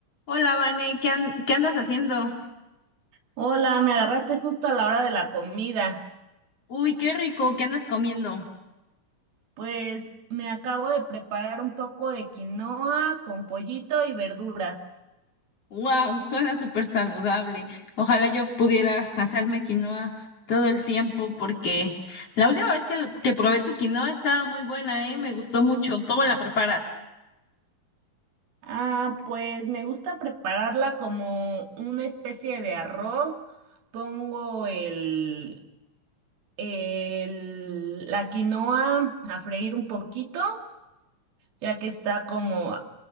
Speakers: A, on the left; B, on the right.
A: Hola, Vane, ¿qué, an- qué andas haciendo?
B: Hola, me agarraste justo a la hora de la comida.
A: Uy, qué rico, ¿qué andas comiendo?
B: Pues me acabo de preparar un poco de quinoa con pollito y verduras.
A: Wow, suena súper saludable. Ojalá yo pudiera hacerme quinoa todo el tiempo porque la última vez que, que probé tu quinoa estaba muy buena, ¿eh? Me gustó mucho. ¿Cómo la preparas?
B: Ah, pues me gusta prepararla como una especie de arroz. Pongo el, el, la quinoa a freír un poquito, ya que está como